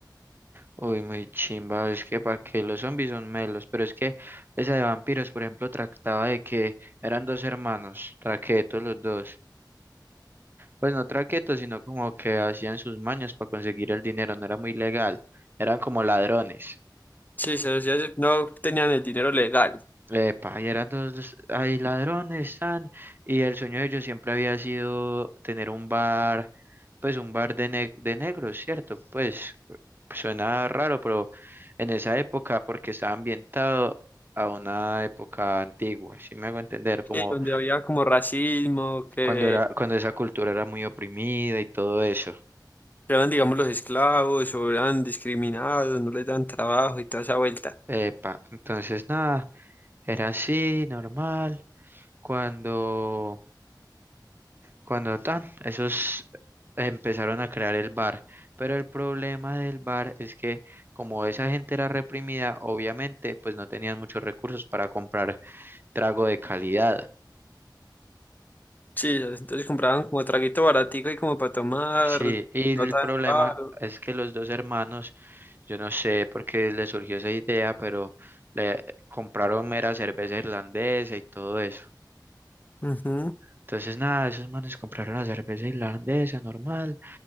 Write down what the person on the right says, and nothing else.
uy, muy chimba, es que para que los zombies son melos, pero es que esa de vampiros, por ejemplo, trataba de que eran dos hermanos, traquetos los dos. Pues no traquetos, sino como que hacían sus mañas para conseguir el dinero, no era muy legal, eran como ladrones.
Epa, y eran dos, hay ladrones, tan, y el sueño de ellos siempre había sido tener un bar, pues un bar de, ne- de negros, ¿cierto? Pues suena raro, pero en esa época, porque estaba ambientado a una época antigua, si me hago entender, como
cuando era, cuando esa cultura era muy oprimida y todo eso.
Epa, entonces nada. Era así, normal. Cuando, cuando tan, esos empezaron a crear el bar. Pero el problema del bar es que como esa gente era reprimida, obviamente, pues no tenían muchos recursos para comprar trago de calidad.
Sí, y el
problema
es que los dos hermanos, yo no sé por qué les surgió esa idea, pero le compraron mera cerveza irlandesa y todo eso.
Entonces, nada, esos manes compraron la cerveza irlandesa normal.